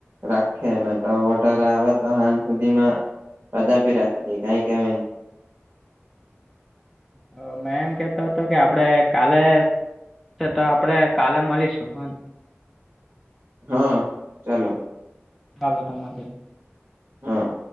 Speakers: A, on the right; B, in the centre.
A: રાખી ને ટવોટર આવે તો સાાંજ સુધીમાં. બધા ભી રાખી દે કઈ કવાય ન
B: હ મે એમ કેતો હતો કે આપડે કાલે તો આપડે કાલે મળીશું હ
A: હા ચાલો.
B: હાલ તમલી <unintelligible>
A: હા.